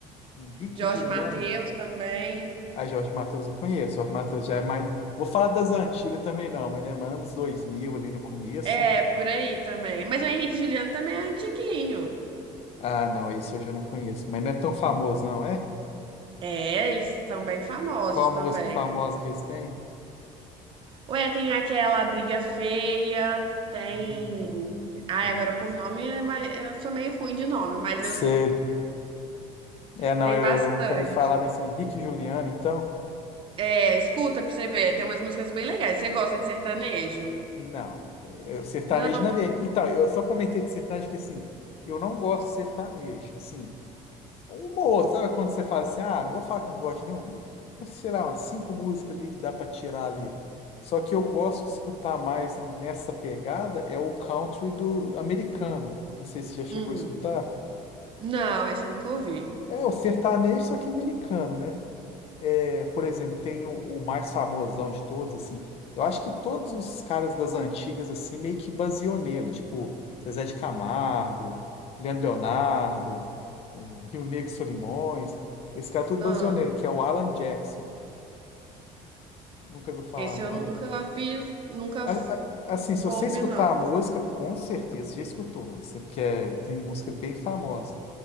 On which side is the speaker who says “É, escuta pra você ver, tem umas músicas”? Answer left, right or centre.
Right